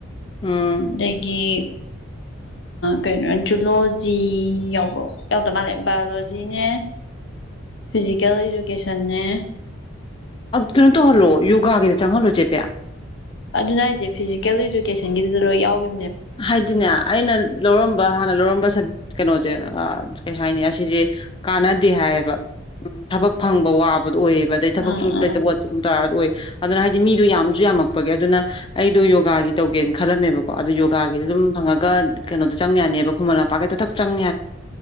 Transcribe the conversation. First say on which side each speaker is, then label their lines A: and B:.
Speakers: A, on the left; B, on the left.
A: ꯎꯝ
B: ꯑꯗꯒꯤ ꯀꯩꯅꯣ ꯖꯨꯂꯣꯖꯤ ꯌꯥꯎꯕ꯭ꯔꯣ ꯌꯥꯎꯗ ꯃꯥꯜꯂꯦ ꯕꯥꯏꯑꯣꯂꯣꯖꯤꯅꯦ ꯐꯤꯖꯤꯀꯦꯜ ꯏꯗꯨꯀꯦꯁꯟꯅꯦ
A: ꯀꯩꯅꯣ ꯇꯧꯍꯜꯂꯣ ꯌꯣꯒꯥꯒꯤꯗ ꯆꯪꯍꯜꯂꯣ ꯆꯦꯄꯌꯥ
B: ꯑꯗꯨꯅ ꯑꯩꯁꯦ ꯐꯤꯖꯤꯀꯦꯜ ꯏꯗꯨꯀꯦꯁꯟꯒꯤꯗꯨꯗ ꯂꯣꯏ ꯌꯥꯎꯒꯦ
A: ꯍꯥꯏꯗꯤꯅꯦ ꯑꯩꯅ ꯂꯧꯔꯝꯕ ꯍꯥꯟꯅ ꯂꯧꯔꯝꯕ ꯀꯩꯅꯣꯁꯦ ꯀꯩ ꯍꯥꯏꯅꯤ ꯑꯁꯤꯁꯦ ꯀꯥꯟꯅꯗꯦ ꯍꯥꯏꯌꯦꯕ ꯎꯝ ꯊꯕꯛ ꯐꯪꯕ ꯋꯥꯕꯗꯣ ꯑꯣꯏꯌꯦꯕ ꯑꯗꯩ ꯊꯕꯛꯁꯨ
B: ꯎꯝ ꯎꯝ
A: ꯂꯩꯇ ꯋꯥꯠꯁꯨꯒꯨꯝ ꯇꯥꯔ ꯑꯣꯏꯕ ꯑꯗꯨꯅ ꯍꯥꯏꯗꯤ ꯃꯤꯗꯨꯣ ꯌꯥꯝꯗ꯭ꯔꯤ ꯌꯥꯝꯃꯛ ꯄꯒꯦ ꯑꯗꯨꯅ ꯑꯩꯗꯣ ꯌꯣꯒꯥꯒꯤ ꯇꯧꯒꯦꯅ ꯈꯜꯂꯝꯃꯦꯕꯀꯣ ꯑꯗꯨ ꯀꯀꯥꯒꯤꯁꯨ ꯑꯗꯨꯝ ꯐꯪꯉꯒ ꯀꯩꯅꯣ ꯆꯪ ꯌꯥꯅꯦꯕ ꯈꯨꯃꯍꯟꯂꯄꯥꯛꯩꯗ ꯊꯛ ꯆꯪ